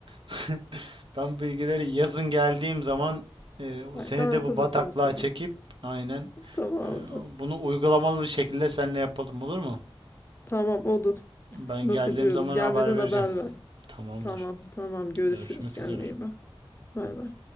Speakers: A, on the right (about 60°); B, on the left (about 25°).
A: <laughs> ben bu bilgileri yazın geldiğim zaman e,
B: Ay,
A: seni
B: ben hatırlatırım
A: de bu bataklığa
B: sana.
A: çekip aynen
B: Tamamdır.
A: Ee, Bunu uygulamalı bir şekilde seninle yapalım olur mu?
B: Tamam olur.
A: Ben
B: Not
A: geldiğim
B: ediyorum.
A: zaman
B: Gelmeden
A: haber vereceğim.
B: haber ver.
A: Tamamdır.
B: Tamam tamam görüşürüz.
A: Görüşmek
B: Kendine
A: üzere.
B: iyi bak. Bay bay.